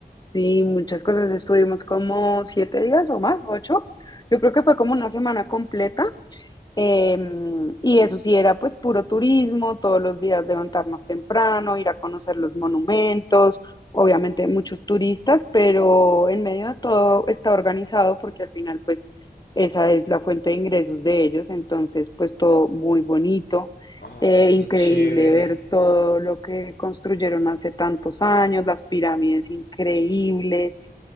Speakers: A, on the left; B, on the left.
A: Sí, muchas cosas. Estuvimos como siete días o más, ocho. Yo creo que fue como una semana completa eh, y eso sí era pues puro turismo, todos los días levantarnos temprano, ir a conocer los monumentos, obviamente muchos turistas, pero en medio de todo está organizado porque al final pues esa es la fuente de ingresos de ellos, entonces pues todo muy bonito,
B: ¡Ay,
A: eh,
B: qué
A: increíble
B: chévere!
A: ver todo lo que construyeron hace tantos años, las pirámides increíbles.